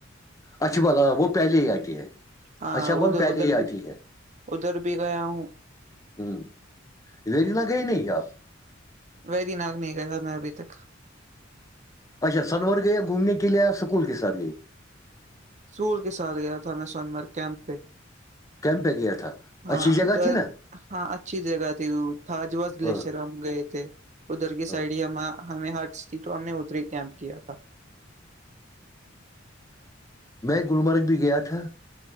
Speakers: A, on the left; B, on the right.
A: اچھا بول ہاں وہ پہلے ہی آتی ہے
B: ہاں
A: اچھا بول
B: ادھر
A: پہلے
B: ادھر
A: ہی
B: بھی
A: آتی ہے <inaudible>
B: ادھر بھی گیا ہوں
A: ہوں ای نگئی نہیں کیا <unintelligible>
B: وی دینک نہیں گیا میں ابھی تک <unintelligible>
A: اچھا سنور گئییا گھومنے کے لیے یا سکول کے ساتھ گئی
B: سول کے ساتھ گیا تھا میں سونمرگ کیمپ پہ <inaudible>
A: کیم پہ گیا تھا
B: ہاں
A: اچھی جگہ
B: ادھر
A: تھی نا
B: ہاں اچھی جگہ تھی تھاجوس گلیشر
A: ہاں
B: ہم گئے تھے ادھر کی
A: ہاں
B: سائڈ ہی ہم ہمیں ہرٹس تھی تو ہم نے ادھر ہی کیمپ کیا تھا
A: میں گلمرگ بھی گیا تھا